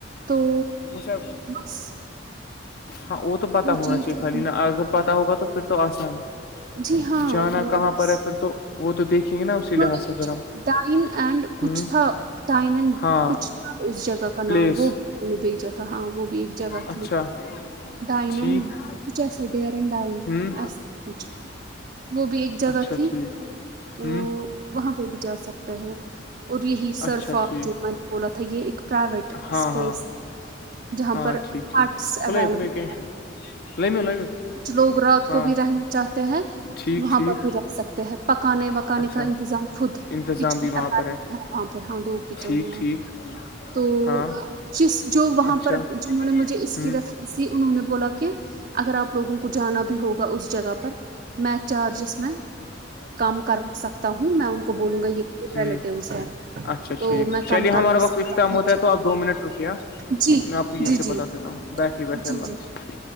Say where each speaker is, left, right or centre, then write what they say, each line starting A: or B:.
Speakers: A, on the right (about 45°); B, on the left (about 50°).
A: تو
B: مجھے
A: بس
B: ہاں وہ تو پتا ہونا
A: چیز
B: چاہیے
A: دیکھیں
B: خالی نہا اگر پتا ہوگا تو پھر تو آسان ہے
A: جی ہاں
B: جانا
A: وہ
B: کہاں
A: بس
B: پر ہے پھر تو وہ تو دیکھیں گے نا اسی
A: کچھ
B: لحاظ سے پھر ہم
A: ڈائن اینڈ کچھ
B: ہ
A: تھا تٹائنن
B: ہاں
A: کچھ اس جگہ کا
B: پلیس
A: نام وہ بھی نے بھیجا تھا ہاں وہ بھی ایک جگہ
B: اچھا
A: تھی ڈایننچس
B: ٹھیک
A: ڈیرن ڈانسچ
B: ہوں
A: وہ بھی ایک جگہ
B: اچھا
A: تھی
B: ٹھیک
A: تو
B: ہوں
A: وہاں پہ بھی جا سکتے ہیں اور یہی سرفا
B: اچھا ٹھیک
A: جو میں نے بولا تھا یہ ایک پرائیویٹ اسپیس
B: ہاں ہاں
A: جہاں
B: ہاں
A: پر
B: ٹھیک ٹھیک
A: آرٹس
B: کھلے
A: اویلیبل
B: کھلے کیش
A: ہیں
B: لمیو لمیو
A: ک لوگ رات کو
B: ہاں
A: بھی رہنا چاہتے ہیں
B: ٹھیک
A: وہاں
B: ٹھیک
A: پر بھی رہ سکتے ہیں پکا پکانے وکانے
B: اچھا
A: کا انتظام خود
B: انتظام
A: کچن
B: بھی وہاں
A: اویلیبل
B: پر
A: ہے وہاں پر ہاں دو کچن
B: ٹھیک
A: ہیں
B: ٹھیک
A: تو
B: ہاں
A: جس جو وہاں
B: اچھا
A: پر جنہوں نے مجھے اس
B: ہوں
A: کی رف اسی انہوں نے بولا کہ اگر آپ لوگوں کو جانا بھی ہوگا اس جگہ پر میچ چارجس میں
B: ج
A: کام کر سکتا ہوں میں ان کو بولوں گا یہ
B: ہوں
A: ریلیٹیوس ہے
B: اچھا
A: تو
B: ٹھیک
A: میں
B: چلیے
A: کم
B: ہمارا
A: کر
B: وقت
A: سکتا
B: اختام
A: ہوں
B: ہوتا
A: جی
B: ہے تو آپ دو منٹ رکے
A: جی
B: میں آپ کو یہی
A: جی جی
B: بت دیتا ہوں بیٹھیے بیٹھیے
A: جی
B: اللہافظ
A: جی